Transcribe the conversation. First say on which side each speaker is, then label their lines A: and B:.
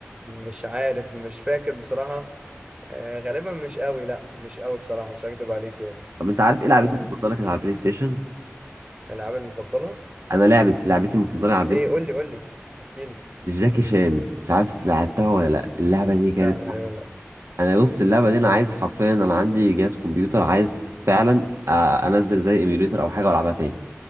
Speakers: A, on the right; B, on the right.
A: مش عارف مش فاكر بصراحة آه غالبا مش قوي لا مش قوي بصراحة مش هكدب عليك يعني
B: طب انت عارف ايه لعبتي
A: آه
B: المفضله كانت على البلاي ستيشن
A: الألعاب المفضلة
B: انا لعبت لعبتي المفضله على البلاي
A: ايه
B: ستيشن
A: قول لي قول لي احكي لي
B: جاكي شان مش عارف لعبتها ولا لا اللعبه دي كانت
A: لا غالبا لا
B: انا بص اللعبه دي انا عايز حرفيا انا عندي جهاز كمبيوتر عاز فعلا آه، انزل زي ايميوليتر او حاجه والعبها تاني